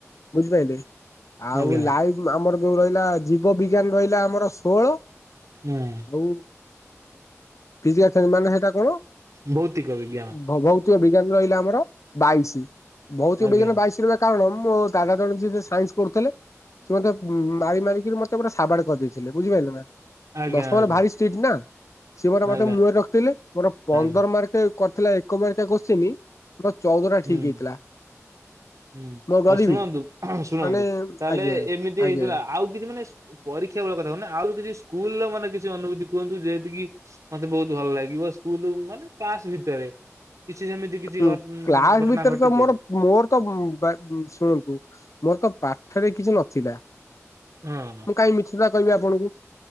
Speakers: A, on the left; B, on the right.
A: ବୁଝିପାରିଲେ ଆଉ
B: ଆଜ୍ଞା
A: ଲାଇଭ ଆମର ଯୋଉ ରହିଲା ଜୀବ ବିଜ୍ଞାନ ରହିଲା ଆମର ଷୋହଳ
B: ହୁଁ
A: ଆଉ ପରିଛନ୍ତି ମାନେ ସେଟା କଣ
B: ଭୌତିକ ବିଜ୍ଞାନ
A: ଭ <unintelligible> ବିଜ୍ଞାନ ରହିଲା ଆମର ବାଇଶି ଭୌତିକ
B: ଆଜ୍ଞା
A: ବିଜ୍ଞାନ ବାଇଶି ର କାରଣ ମୋ ଦାଦା ଜଣ ଯିଏ ସାଇନ୍ସ ପଢୁଥିଲେ ସେ ମତେ ମାରି ମାରିକିରି ମତେ ପୁରା ସାବାଡ୍ କରିଦେଇଥିଲେ ଥିଲେ ବୁଝିପାଇଲ ନା।
B: ଆଜ୍ଞା
A: ଦଶମ
B: ଆଜ୍ଞା
A: ଭାରି ଷ୍ଟ୍ରିଟ୍ ନା ସିଏ ମ ମତେ
B: ଆଜ୍ଞା
A: ମୁହଁରେ ରଖିଥିଲେ ମୋର ପନ୍ଦର
B: ଆଜ୍ଞା
A: ମାର୍କ କରିଥିଲା ଏକମେରିକା କୋଚିନ୍ ମୋର ଚଉଦ ଟା
B: ହୁଁ
A: ଠିକ୍ ହେଇଥିଲା।
B: ହୁଁ
A: ମୁଁ ଡରିବି
B: ଆଉ ଶୁଣନ୍ତୁ
A: କି
B: ଶୁଣନ୍ତୁ
A: ମାନେ
B: ତାହେଲେ
A: ଆଜ୍ଞା
B: ଏମିତି
A: ଆଜ୍ଞା।
B: ହେଇଥିଲା ଆଉ କିଛି ମାନେ ପରୀକ୍ଷା ଭଳି କଥା ହୁନ ଆଉ କିଛି ସ୍କୁଲ ର ମାନେ କିଛି ଅନୁଭୂତି କୁହନ୍ତୁ ଯେତିକି ମତେ ବହୁତ ଭଲ ଲାଗିବ ସ୍କୁଲ ମାନେ କ୍ଲାସ ଭିତରେ କିଛି ଯେମିତି କିଛି
A: ହୁଁ,
B: ଘ
A: କ୍ଲାସ
B: ଘଟଣା
A: ଭିତରେ
B: ଘଟିଛି।
A: ତ ମୋର ମୋର ଶୁଣନ୍ତୁ ମୋର ତ ପାଠରେ କିଛି ନଥିଲା।
B: ହଁ
A: କାଇ ମିଛ ଟା କହିବି ଆପଣଙ୍କୁ